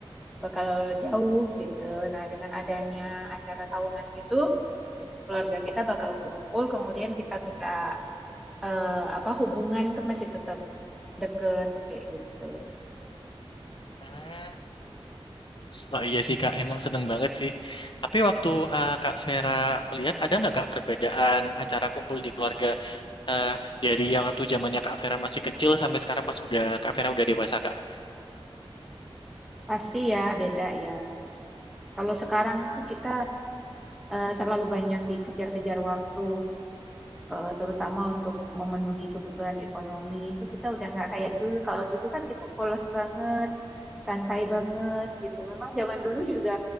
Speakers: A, in the centre; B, on the left.
A: bakal jauh gitu. Nah, dengan adanya acara tahunan gitu, keluarga kita bakal kumpul, kemudian kita bisa eh, apa hubungan tuh masih tetap deket kayak gitu.
B: Ah. Oh iya sih Kak, emang seneng banget sih. Tapi waktu eh, Kak Vera melihat ada nggak Kak perbedaan acara kumpul di keluarga eh, dari yang waktu zamannya Kak Vera masih kecil sampai sekarang pas udah Kak Vera udah dewasa Kak?
A: Pasti ya beda ya. Kalau sekarang tuh kita eh, terlalu banyak dikejar-kejar waktu, eh, terutama untuk memenuhi kebutuhan ekonomi itu kita udah nggak kayak dulu. Kalau dulu kan kita polos banget, santai banget gitu. Memang zaman dulu juga